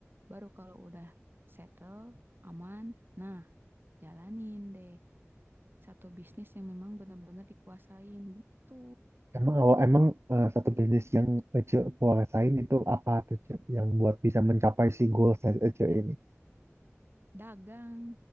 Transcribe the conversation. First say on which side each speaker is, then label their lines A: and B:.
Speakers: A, on the right; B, on the right.
A: Baru kalau udah settle, aman, nah jalanin deh satu bisnis yang memang benar-benar dikuasain gitu.
B: Emang awal emang eh, satu bisnis yang Ece kuasain itu apa tuh Ece yang buat bisa mencapai si goals dari Ece ini?
A: Dagang.